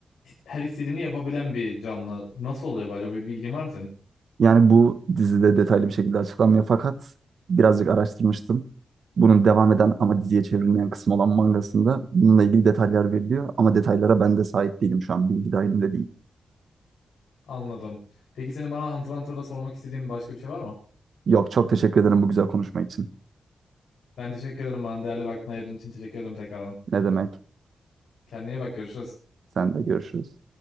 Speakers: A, on the left; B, on the right.
A: her istediğini yapabilen bir canlı. Nasıl oluyor bu acaba? Bir bilgin var mı senin?
B: Yani bu dizide detaylı bir şekilde açıklanmıyor fakat birazcık araştırmıştım. Bunun devam eden ama diziye çevrilmeyen kısmı olan mangasında bununla ilgili detaylar veriliyor ama detaylara ben de sahip değilim şu an bilgi dahilimde değil.
A: Anladım. Peki senin bana Hunter x Hunter'da sormak istediğin başka bir şey var mı?
B: Yok çok teşekkür ederim bu güzel konuşma için.
A: Ben teşekkür ederim bana değerli vaktini ayırdığın için teşekkür ederim tekrardan.
B: Ne demek?
A: Kendine iyi bak görüşürüz.
B: Sen de görüşürüz.